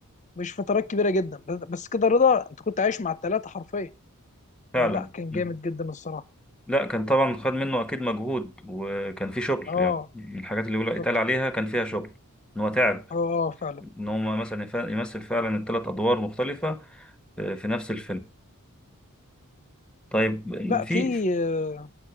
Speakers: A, on the left (about 35°); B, in the centre.
A: مش فترات كبيره جدا بس بس كده رضا انت كنت عايش مع الثلاثه حرفيا
B: فعلا
A: فلا كان
B: مم.
A: جامد جدا الصراحه
B: لا كان طبعا خد منه اكيد مجهود وكان في شغل
A: اه
B: يعني من الحاجات اللي يقول
A: بالظبط
B: يتقال عليها كان فيها شغل ان هو تعب
A: اه اه فعلا
B: ان هو مثلا يف- يمثل فعلا الثلاث ادوار مختلفه آه، في نفس الفيلم طيب
A: لا
B: في
A: في آه،